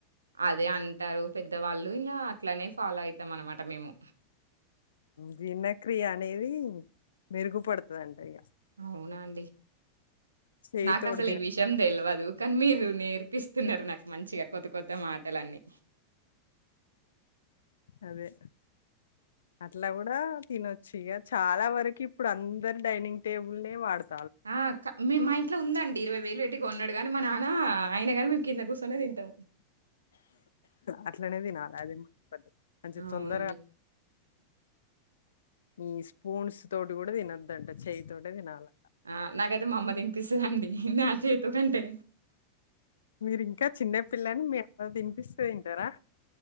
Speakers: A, on the right; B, on the left.
A: అదే అంటారు పెద్దవాళ్ళు ఇంకా అట్లనే ఫాలో అయితాం అనమాట మేము
B: జీర్ణక్రియ అనేది మెరుగుపడుతుందింట ఇక
A: అవునండి
B: చేయితోటి
A: నాకు అసలు
B: తినడం
A: ఈ విషయం తెలియదు కానీ మీరు నేను కినిపిస్తున్నారు నాకు మంచిగా కొత్త కొత్త మాటలన్నీ
B: అదే అట్లా కూడా తినొచ్చు ఇక చాలా వరకు ఇప్పుడు అందరు డైనింగ్ టేబుల్ వాడుతు
A: ఆ క మీ మా ఇంట్లో ఉందండ్ ఇరవై వేలు ఎట్టి కొన్నాడు గాని మా నాన్న ఆయినగాని మేము కింద కూర్చొనే తింటాంమ్
B: అట్లనేది నాలదే మ <inaudible> మంచి
A: అవునండి.
B: తొందరా ఈ స్పూన్స్ తోటి కూడా తినోద్దంట చెయ్యి తోటే తినాలి
A: ఆ నాకైతే మా అమ్మ తినిపిస్తుదండి నా చేతు కంటే
B: మీరి ఇంకా చిన్నపిల్లని మేమ్ అ తినిపిస్తే తింటారా